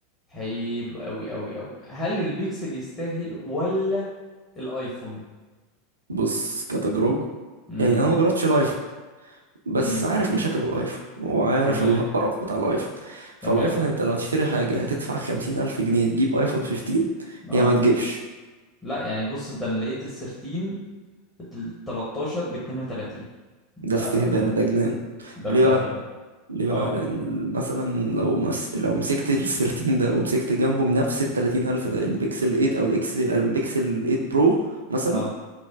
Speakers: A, on the left; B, on the right.
A: حلو قوي قوي قوي هل البيكسل يستاهل ولا الايفون
B: بص كتجربة
A: امم
B: يعني انا ما جربتش الايفون بس
A: امم
B: عارف مشاكل الايفون وعارف
A: تمام
B: القرف بتاع الايفون فالايفون
A: تمام
B: انت لو هتشتري حاجة هتدفع خمسين الف جنيه تجيب ايفون 15
A: اه
B: يا ما تجيبش
A: لا يعني بص ده انا لقيت ال 13 ال 13 ب 32 ده
B: ده استهبال
A: يعني
B: ده جنان
A: ده
B: ليه
A: في داهية
B: بقى
A: ده
B: ليه بقى
A: اه
B: لان ال- مثلا لو مس... لو مسكت ال 13 ده ومسكت جنبه بنفس ال 30000 ده البيكسل 8 او الاكس البيكسل 8 برو مثلا
A: اه